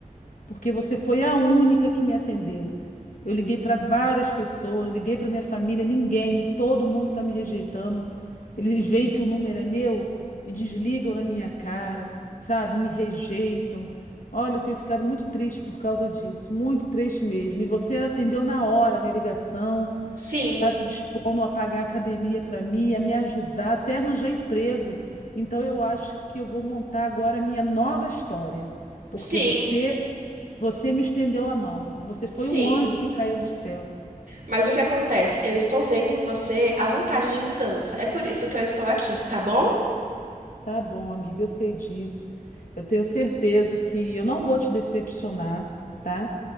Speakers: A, on the left (about 65°); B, on the right (about 80°).
A: porque você foi a única que me atendeu. Eu liguei para várias pessoas, liguei para minha família, ninguém, todo mundo está me rejeitando. Eles veem que o número é meu e desligam na minha cara, sabe? Me rejeitam. Olha, eu tenho ficado muito triste por causa disso, muito triste mesmo. E você atendeu na hora a minha ligação,
B: Sim,
A: está se dispondo a pagar a academia para mim, a me ajudar, até arranjar emprego. Então eu acho que eu vou montar agora a minha nova história, porque
B: Sim,
A: você você me estendeu a mão. Você foi
B: sim.
A: um anjo que caiu do céu.
B: Mas o que acontece? Eu estou vendo em você a vontade de mudança. É por isso que eu estou aqui, tá bom?
A: Tá bom, amiga, eu sei disso. Eu tenho certeza que eu não vou te decepcionar, tá?